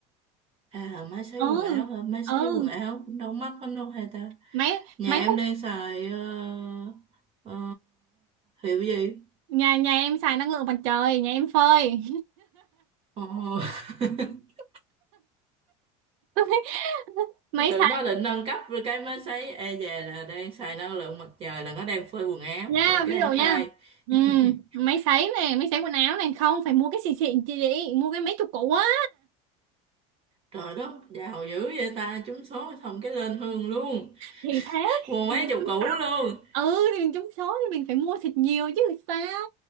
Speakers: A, on the right (about 35°); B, on the right (about 80°).
A: À máy sấy
B: ừ
A: quần áo hả? Máy sấy
B: ừ
A: quần áo cũng đâu mắc lắm đâu hay ta.
B: máy
A: Nhà
B: máy
A: em
B: hút
A: đang xài ờ, ờ, hiệu gì?
B: nhà nhà em xài năng lượng mặt trời nhà em phơi
A: Ồ. <laughs>
B: <laughs> máy
A: Tự
B: sấy
A: nó định nâng cấp rồi cái máy sấy e về là đang xài năng lượng mặt trời là nó đang phơi quần áo.
B: nha
A: Ok
B: ví dụ nha
A: fine.
B: ừ,
A: <laughs>
B: máy sấy này máy sấy quần áo này không phải mua cái xịn xịn chị chị mua cái mấy chục củ á
A: Trời đất, giàu dữ vậy ta, trúng số xong cái lên hương luôn.
B: thì thế
A: <laughs> Mua mấy
B: thì mình
A: chục
B: cứ
A: củ luôn.
B: ừ thì mình trúng số thì mình phải mua thịt nhiều chứ sao